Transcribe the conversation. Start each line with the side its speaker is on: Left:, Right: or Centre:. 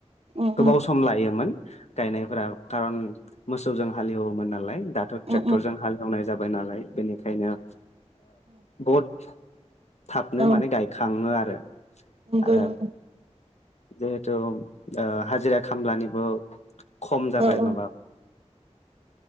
Right: ओ
Left: गोबाव सम सम लायोमोन गायनायफोरा खारन मोसौजों हालेवोमोन नालाय दा ट्रेक्टरजों
Right: ओ
Left: हालेवनाय जाबाय नालाय बेनिखायनो बहुद थाबनो
Right: औ
Left: माने गायखाङो आरो।
Right: नंगौ
Left: आरो
Right: नंगौ
Left: जिहेथु हाजिरा खामलानिबो खम जाबाय
Right: औ औ
Left: माबा